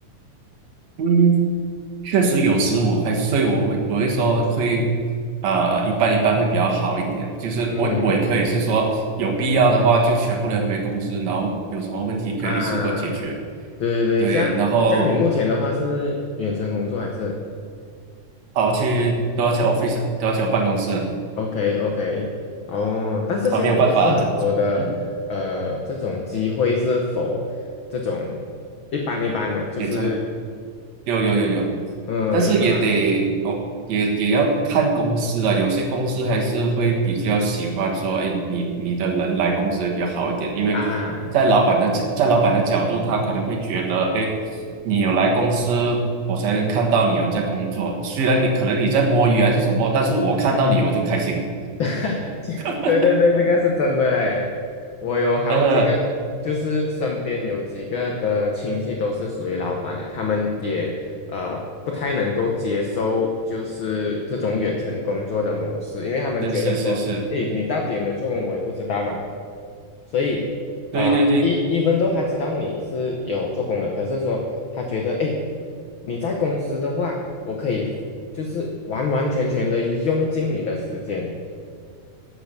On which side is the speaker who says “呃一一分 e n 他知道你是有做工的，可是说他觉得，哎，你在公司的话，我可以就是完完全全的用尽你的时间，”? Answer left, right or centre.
Left